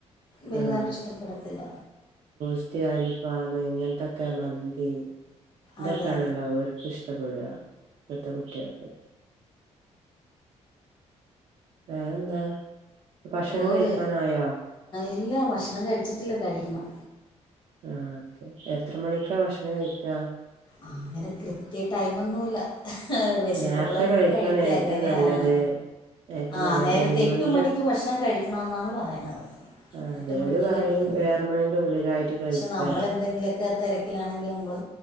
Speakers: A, on the left; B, on the right.
A: വലുതായിട്ട്
B: ആഹ
A: ഇഷ്ടപ്പെടത്തില്ല
B: സ് അൽഫാം ഇങ്ങനത്തെക്കെ മന്തി ഇതൊക്കെയാണല്ലോ
A: അതെ
B: ഇഷ്ടപ്പെടുക ഇപ്പോത്തെ കുട്ടികൾക്കു വേറെന്താ ഭക്ഷണം
A: ഓവ്
B: കഴിക്കാനായോ
A: ഇല്ല ഭക്ഷണം കഴിച്ചിട്ടില്ല കഴിക്കണം
B: ആഹ് ഓക്കെ എത്ര മണിക്കാണ് ഭക്ഷണം കഴിക്കുക
A: അങ്ങനെ കൃത്യ ടൈമൊന്നുമല്ല വിശക്കുമ്പോളങ്ങ്
B: നേരത്തെ കഴിക്കാണ്
A: കഴിക്കുക
B: ഏറ്റവും
A: അങ്ങനെയാണ്
B: നല്ലത് ഏറ്റവും
A: ആഹ്
B: നല്ല
A: നേരത്തെ
B: ഏഴുമണിന്റെ
A: എട്ട് മണിക്ക് ഭക്ഷണം കഴിക്കണംന്നാണ് പറയണത്
B: ആഹ്
A: എട്ടുമണിക്ക്
B: ചെലോല് പറയും
A: കഴിക്കണം
B: ഏഴ് മണിന്റെ ഉള്ളിലായിട്ട് കഴിക്കാറിം
A: പക്ഷെ നമ്മൾ എന്തെങ്കിലും തിരക്കിലാണെങ്കിൽ നമ്മൾ